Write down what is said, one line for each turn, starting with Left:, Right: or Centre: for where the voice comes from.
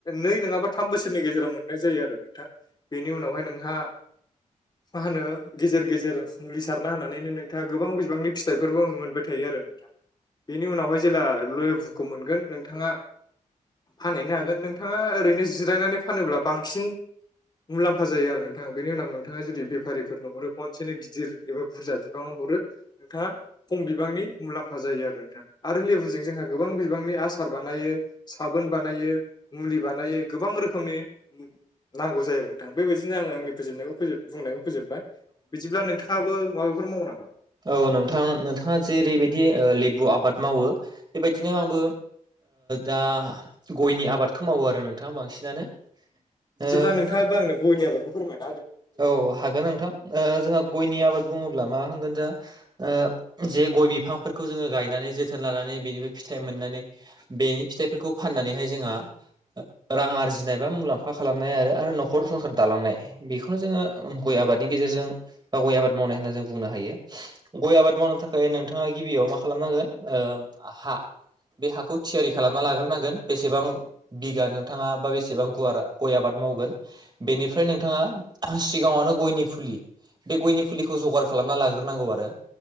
Left: नै नङाबा थाम बोसोरनि गेजेराव मोननाय जायो आरो नोंथां बेनि उनावहाय नोंहा मा होनो गेजेर गेजेर मुलि सारना होनानै नों थां गोबां बिबांनि फिथाइफोरबो मोनबाय थायो आरो नोंथां बेनि उनावहाय जेब्ला लेबुखौ मोनगोन नोंथाङा फानहैनो हागोन नोंथाङा ओरैनो जिरायनानै फानोब्ला बांसिन मुलाम्फा जायो आरो नोंथाङा बेनि उनाव नोंथाङा जुदि बेफारिफोरनो हरो खनसेनो गिदिर एबा बुरजा बिबाङाव हरो नोंथाङा खम बिबांनि मुलाम्फा जायो आरो नोंथां आरो लेबुजों जोंहा गोबां बिबांनि आसार बानायो साबोन बानायो मुलि बानायो गोबां रोखोमनि नांगौ जायो आरो नोंथां बेबायदिनो आङो आंनि फोबनायखौ बुंनायखौ फोजोबबाय बिदिब्ला नोंथाङाबो माबाफोर मावो नामा?
Right: औ नोंथां नोंथाङा जे ओरैबायदि लेबु आबाद मावो। बेबायदिनो आंबो दा गयनि आबादखौ मावो आरो नोंथाङा बांसिनानो
Left: बिदिब्ला
Right: ओ
Left: नोंथाङाबो आंनो गयनि आबादखौ फोरमाय
Right: औ हागोन नोंथां जोंहा गयनि आबाद बुङोब्ला मा होनगोन जा ओ जे गय बिफांफोरखौ जोङो गाय नानै जोथोन लानानै बेनिफ्राय फथ मोननानै बेनि फिथाइफोरखौ फाननानैहाय जोंहा रां आरजिनाय बा मुलाम्फा खालामनाय आरो आरो न'खर संसार दालांनाय बे बेखौनो जोङो गय आबादनि गेजेरजों बा गय आबाद मावनाय होनना जों बुंनो हायो गय आबाद मावनो थाखाय नोंथाङा गिबियाव मा खालामनांगोन हा बे हाखौ थियारि खालामना लाग्रोनांगोन बेसेबां बिगा नोंथाङा बा बेसेबां गुवार गय आबाद माव गोन बेनिफ्राय नोंथाङा सिगाङावनो गयनि फुलि बे गयनि फुलिखौ जगार खालामना लाग्रोनांगौ आरो